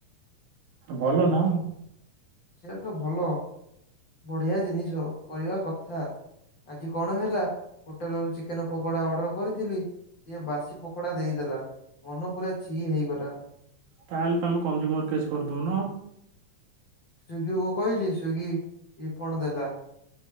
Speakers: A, on the right; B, on the left.
A: ଭଲ ନାହୁଁ।
B: ସେଇଟା ତ ଭଲ ବଢିଆ ଜିନିଷ କରିବା କଥା। ଆଜି କଣ ହେଲା ହୋଟେଲ ରୁ ଚିକେନ ପକୋଡା ଅର୍ଡର କରିଥିଲି। ସିଏ ବାସି ପକୋଡା ଦେଇଦେଲା। ମନ ପୁରା ଛି ହେଇଗଲା।
A: ତାହେଲେ ତମେ କଞ୍ଜୁମର କେସ୍ କରିଦଉନ
B: ସୁଗୀ କୁ କହିଲି ସୁଗୀ ରିଫଣ୍ଡ ଦେଲା।